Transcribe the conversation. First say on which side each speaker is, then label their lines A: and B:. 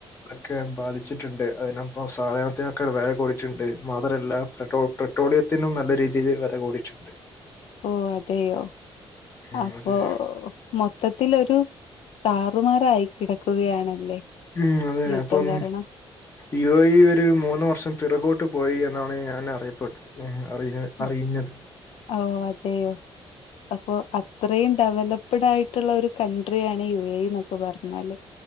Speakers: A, on the left; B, on the left.
A: ഒക്കെ ബാധിച്ചിട്ട്ണ്ട്. അതിനൊപ്പം സാധനത്തിനൊക്കെ വെല കൂടിയിട്ട്ണ്ട്. <unintelligible> പെട്രോളിയത്തി നും നല്ല രീതിയിൽ വെല കൂടിയിറ്റ്ണ്ട്.
B: ഓ അതെയോ?
A: ഉം
B: അപ്പൊ
A: അതെ
B: മൊത്തത്തിലൊരു. താറുമാറായി കിടക്കുകയാണല്ലേ?
A: ഉം. അതെ.
B: യുദ്ധം
A: അപ്പം
B: കാരണം?
A: യു എ ഇ ഒരു മൂന്ന് വർഷം പിറകോട്ട് പോയി എന്നാണ് ഞാൻ അറിയപ്പെ ഉം. അറി
B: ഉം.
A: അറിയിഞ്ഞത്.
B: ഓ അതെയോ? അപ്പൊ അത്രയും ഡെവലപ്ഡ് ആയിട്ടുള്ള ഒരു കൻട്രിയാണ് യു എ ഇ ന്നൊക്കെ പറഞ്ഞാല്.